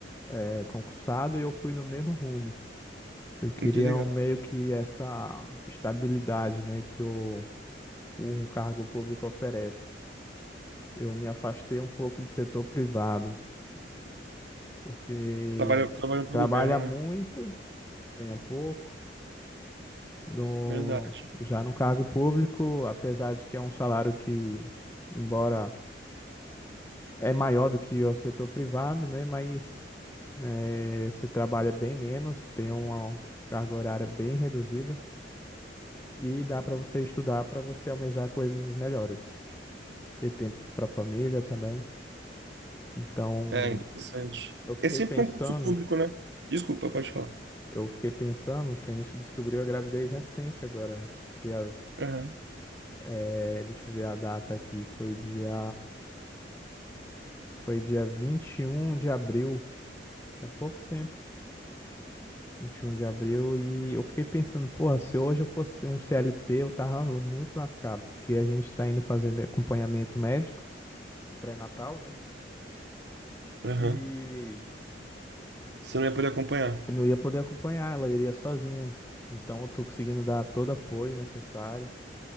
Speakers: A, on the left (about 15°); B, on the right (about 70°).
A: é, concursado, e eu fui no mesmo rumo. Eu queria
B: Hum, Que legal.
A: um, meio que essa estabilidade, né, que o, um cargo público oferece. Eu me afastei um pouco do setor privado, porque
B: Trabalhou, trabalhou para
A: trabalha
B: o governo,
A: muito,
B: né?
A: ganha pouco, do
B: Verdade.
A: já no cargo público, apesar de que é um salário que, embora é maior do que o setor privado, né, mas eh, você trabalha bem menos, tem uma carga horária bem reduzida e dá para você estudar para você almejar coisas melhores, ter tempo para a família também. Então,
B: É, interessante.
A: eu fiquei
B: É sempre
A: pensando,
B: concurso público, né? Desculpa, pode falar.
A: eu fiquei pensando que a gente descobriu a gravidez recente agora, dia,
B: Aham.
A: eh, deixa eu ver a data aqui, foi dia Foi dia 21 de abril, é pouco tempo. vinte e um de abril, e eu fiquei pensando, porra, se hoje eu fosse um CLT, eu tava muito lascado, porque a gente tá indo fazendo acompanhamento médico pré-natal, né?
B: Aham.
A: E
B: Você não ia poder acompanhar.
A: eu não ia poder acompanhar, ela iria sozinha. Então eu tô conseguindo dar todo apoio necessário.